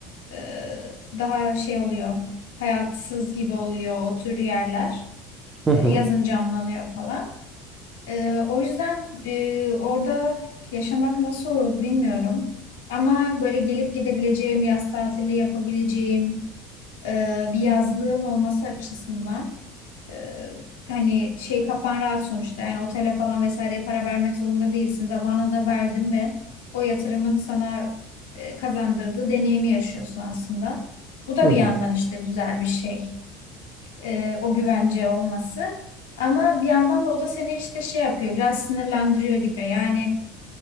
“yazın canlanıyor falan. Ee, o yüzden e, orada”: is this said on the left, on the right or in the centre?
Left